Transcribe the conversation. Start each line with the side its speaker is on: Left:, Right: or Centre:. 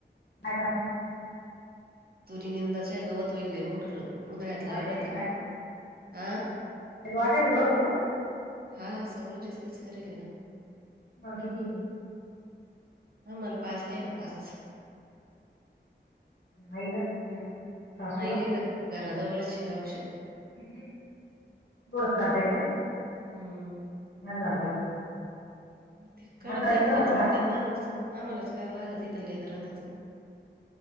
Left: काय करचे?
Right: तुरीनंदाचे गवत वईलले मोठ उन्हाळ्यात लावल
Left: वाटेल
Right: त्यानं
Left: काय
Right: हा
Left: येत वाटेल दोघीच
Right: हा सगळं जास्तच करेल ना.
Left: तुम्हाल कीती?
Right: आमला पाच, त्यायला पाच.
Left: आईला या? सासूला
Right: आईला ही घराजवळची गौश
Left: कितीे थोडच काढता येतय.
Right: हम्म.
Left: नाही झालं तेवढं.
Right: ते करत
Left: अकरा एक
Right: आत
Left: होतं
Right: कायच
Left: का
Right: करत, आम्हालाच आम्हालाच करायला लागत. ते तर लई तर राहतच.